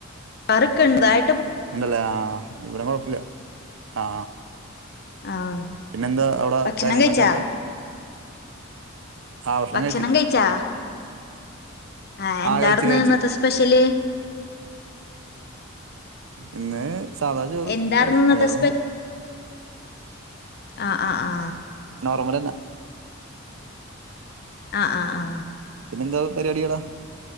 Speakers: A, on the left (about 55°); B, on the right (about 75°).
A: റ് ക്ക് ണ്ടായി
B: ഇണ്ടല്ലേ ആഹ ഇവിട കൊഴപ്പില്ല ആ
A: ആഹ്
B: പിന്നെന്താ അവിടെ
A: ഭക്ഷണം
B: കാര്യങ്ങളൊക്കെ
A: കഴിച്ചാ
B: എന്താ ആഹ്
A: ഭക്ഷണം
B: കഴിച്ച്
A: കഴിച്ചാ ആ എന്താർന്ന്
B: ആഹ് കഴിച്ച് കഴിച്ച്
A: ഇന്നത്തെ സ്പെഷ്യല്
B: ഇന്ന് സാധാ ചോറ്
A: എന്താർന്ന്
B: കറി
A: ഇന്നത്തെ
B: വേറൊന്നില്ല
A: ആ ആ ആ
B: തുമരാനാ
A: ആ ആ ആ
B: പിന്നെന്താ പരിപാടിയാടാ